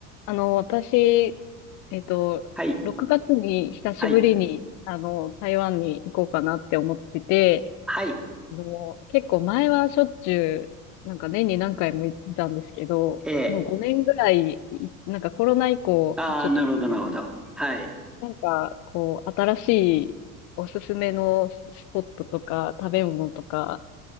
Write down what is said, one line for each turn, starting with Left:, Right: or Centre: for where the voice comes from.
Left: あの、私、えっと、
Centre: はい、
Left: 6月に久しぶりに、
Centre: はい、
Left: あの、台湾に行こうかなって思ってて、
Centre: はい、
Left: あの、結構前はしょっちゅう、なんか年に何回も行ってたんですけど、
Centre: ええ、
Left: もう5年ぐらい、いなんかコロナ以降、
Centre: ああ、
Left: ちょっと行けてない。
Centre: なるほど、なるほど。はい。
Left: なんか、こう、新しいおすすめのススポットとか、食べ物とか、